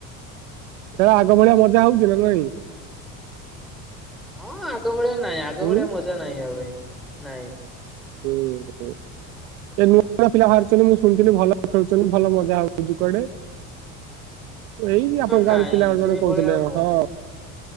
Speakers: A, on the right (about 80°); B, in the centre.
A: ଖେଳ ଆଗ ଭଳିଆ ମଜା ହଉଛି ନା ନାହିଁ?
B: ହଁ ଆଗ ଭଳିଆ ନାଇଁ ଆଗ
A: ହୁଁ।
B: ଭଳିଆ ମଜା ନାହିଁ ଆଉ ଭାଇ ନାଇଁ।
A: ହୁଁ, ହୁଁ। ଏ ନୂଆ ନୂଆ ପିଲା ବାହାରୁଚନ୍ତି। ମୁଁ ଶୁଣିଥିଲି ଭଲ ଖେଳୁଚନ୍ତି। ଭଲ ମଜା ହଉଚି କୁଆଡେ। ଏଇ ଆପଣଙ୍କ
B: ନାଇଁ
A: ଗାଁ ର ପିଲା
B: ସେଇଭଳିଆ
A: ମାନେ କହୁଥିଲେ
B: ଆଉ ହଉନି।
A: ହଁ।